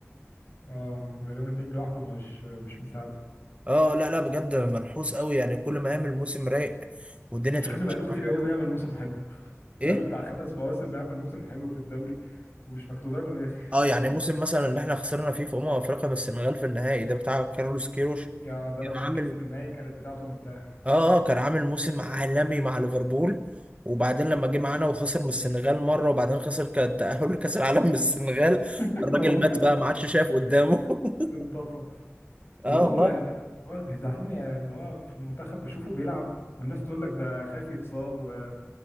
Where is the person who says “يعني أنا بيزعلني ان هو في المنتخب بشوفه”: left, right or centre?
Left